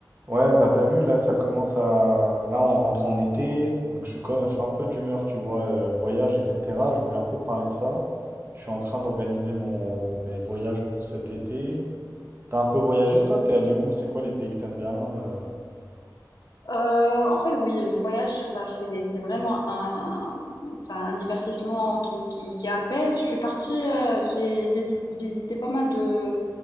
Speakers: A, on the right; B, on the left.
A: Ouais, bah t'as vu, là, ça commence à... Là, on rentre en été, donc je suis, co- je suis un peu d'humeur, tu vois, euh, voyage, etc. Je voulais un peu parler de ça. Je suis en train d'organiser mon... mes voyages pour cet été. T'as un peu voyagé, toi? T'es allé où? C'est quoi les pays que t'aimes bien? euh
B: Euh, en fait, oui, le voyage, enfin, c'est, c'est vraiment un, enfin, un divertissement qui, qui, qui apaise. Je suis partie, euh, j'ai visi- visité pas mal de,